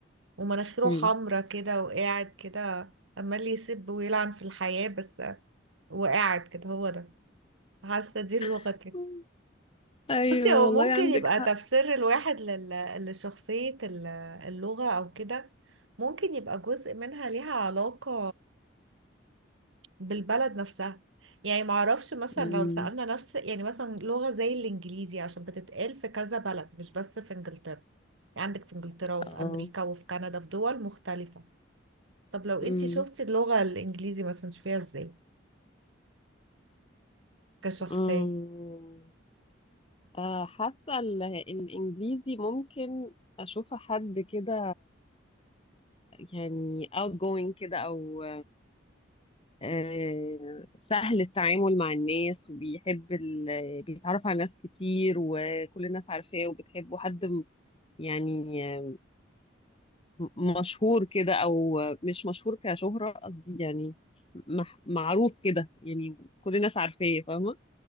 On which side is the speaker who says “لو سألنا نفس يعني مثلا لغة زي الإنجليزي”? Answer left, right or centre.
Right